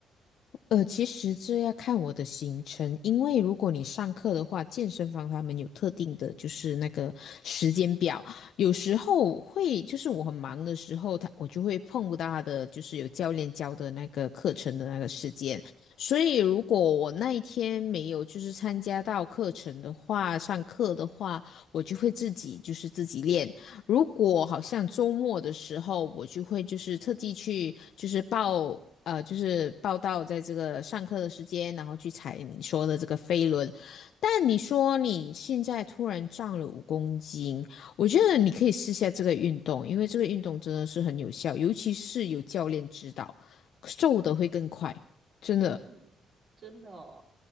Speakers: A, on the left; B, on the right.
A: 呃，其实这要看我的行程，因为如果你上课的话，健身房他们有特定的，就是那个时间表，有时候会就是我很忙的时候，他我就会碰不到他的，就是有教练教的那个课程的那个时间，所以如果我那一天没有就是参加到课程的话，上课的话，我就会自己就是自己练。如果好像周末的时候，我就会就是特地去就是报呃就是报到在这个上课的时间，然后去踩你说的这个飞轮。但你说你现在突然涨了五公斤，我觉得你可以试下这个运动，因为这个运动真的是很有效，尤其是有教练指导，瘦的会更快，真的。
B: 嗯，真的哦，